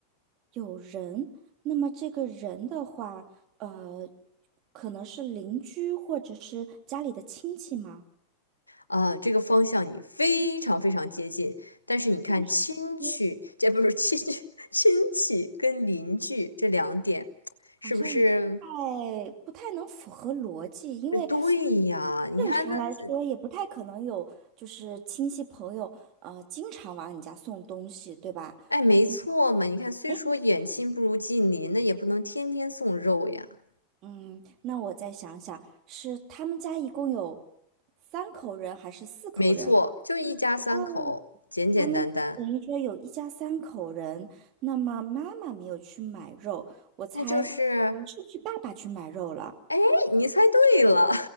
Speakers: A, on the right; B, on the left.
A: 有人，那么这个人的话，呃，可能是邻居或者是家里的亲戚吗？
B: 啊，这个方向你非常非常接近，但是你看亲戚，
A: 非常接
B: 这不是亲戚，<laughs> 亲戚跟邻居这两点，
A: 好像也不太不太能符合逻辑，
B: 是不是？
A: 因为
B: 呃对呀，你看那这，
A: 正常来说也不太可能有就是亲戚朋友呃经常往你家送东西，对吧？
B: 哎，没错嘛。
A: 嗯，
B: 你看，虽说远亲不如近邻，
A: 诶
B: 那也不能天天送肉呀。
A: 嗯，那我再想想，是他们家一共有三口人，还是四口人？
B: 没错，就一家三口，
A: 哦。
B: 简简单单，
A: 他们等于说有一家三口人，那么妈妈没有去买肉，我猜，
B: 那就是，
A: 呃，是不是爸爸去买肉了？
B: 哎，你猜对了，